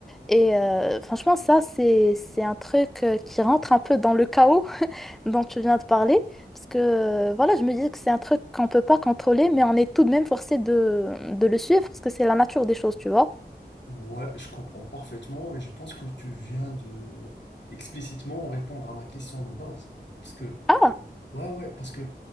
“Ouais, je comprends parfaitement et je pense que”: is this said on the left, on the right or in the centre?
Left